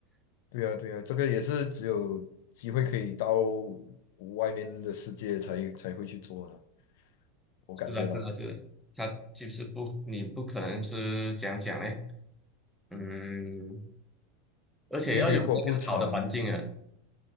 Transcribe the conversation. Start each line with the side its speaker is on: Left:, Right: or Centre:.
Left: 对呀，对呀，这个也是只有机会可以到外面的世界才才会去做的，我感觉啦。
Centre: 是的，是的，是的，它就是不，你不可能是讲讲嘞，嗯，而且要有那个好的环境啊，
Left: 因为你如果不常，